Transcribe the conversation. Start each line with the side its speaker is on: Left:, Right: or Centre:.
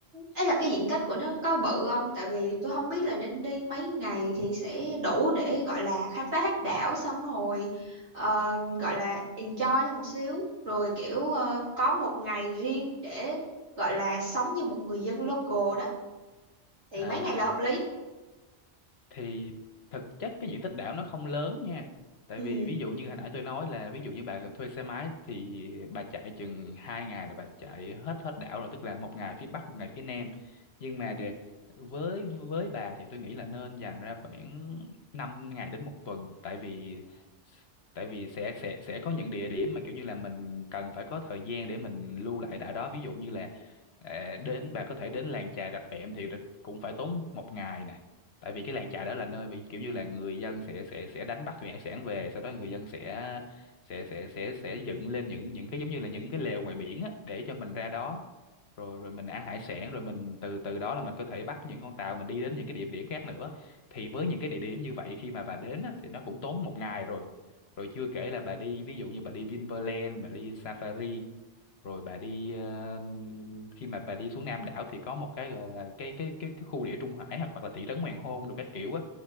Right: ấy là cái diện tích của nó có bự không tại vì tôi không biết là nên đi mấy ngày thì sẽ đủ để gọi là khám phá hết đảo xong rồi ờ, gọi là enjoy thêm một xíu rồi kiểu ờ, có một ngày riêng để gọi là sống như một người dân local đó thì
Left: à
Right: mấy ngày là hợp lý
Left: thì thực chất cái diện tích đảo nó không lớn nha tại
Right: ừ,
Left: vì ví dụ như hồi nãy tôi nói là ví dụ như bà thuê xe máy thì bà chạy chừng hai ngày là bà chạy hết hết đảo rồi tức là một ngày phía bắc một ngày phía nam nhưng mà để với với bà thì tôi nghĩ là nên dành ra khoảng 5 ngày đến một tuần tại vì tại vì sẽ sẽ sẽ có những địa điểm mà kiểu như là mình cần phải có thời gian để mình lưu lại đảo đó ví dụ như là ờ, đến bà có thể đến làng chài Rạch Vẹm thì cũng phải tốn một ngày nè tại vì cái làng chài đó là nơi bị kiểu như là người dân sẽ sẽ sẽ đánh bắt thủy hải sản về sau đó người dân sẽ sẽ sẽ sẽ sẽ dựng lên những những cái giống như là những cái lều ngoài biển á, để cho mình ra đó rồi rồi mình ăn hải sản rồi mình từ từ đó là mình có thể bắt những con tàu mình đi đến những cái địa điểm khác nữa thì với những cái địa điểm như vậy khi mà bà đến á, thì nó cũng tốn một ngày rồi rồi chưa kể là bà đi ví dụ như bà đi Vinpearl bà đi Safari rồi bà đi ờ, khi mà bà đi xuống Nam đảo thì có một cái gọi là cái cái cái cái khu địa Trung Hải hoặc hoặc là thị trấn Hoàng Hôn đồ các kiểu á